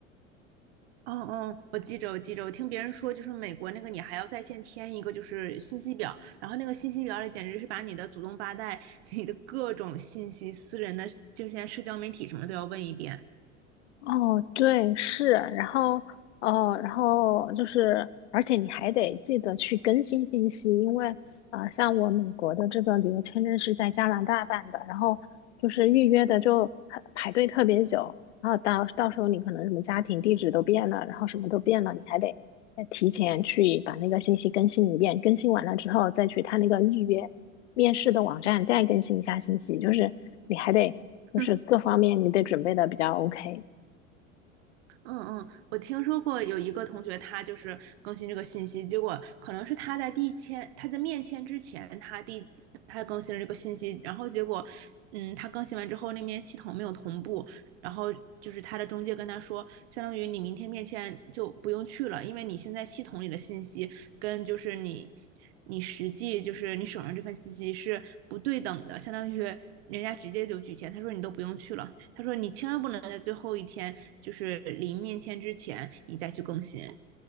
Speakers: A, on the right; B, on the left.
A: 哦哦，我记着，我记着，我听别人说，就是美国那个你还要在线填一个就是信息表，然后那个信息表里简直是把你的祖宗八代、<laughs> 你的各种信息、私人的就现在社交媒体什么都要问一遍。
B: 哦，对，是，然后哦，然后就是，而且你还得记得去更新信息，因为啊、呃像我美国的这个旅游签证是在加拿大办的，然后就是预约的就很排队特别久，然后到到时候你可能什么家庭地址都变了，然后什么都变了，你还得再提前去把那个信息更新一遍，更新完了之后再去他那个预约面试的网站再更新一下信息，就是你还得就是各方面你得准备的比较
A: <laughs>
B: OK。
A: 嗯嗯，我听说过有一个同学，他就是更新这个信息，结果可能是他在递签，他在面签之前，他递他更新了这个信息，然后结果，嗯，他更新完之后，那边系统没有同步，然后就是他的中介跟他说，相当于你明天面签就不用去了，因为你现在系统里的信息跟就是你你实际就是你手上这份信息是不对等的，相当于人家直接就拒签。他说你都不用去了，他说你千万不能在最后一天就是临面签之前你再去更新。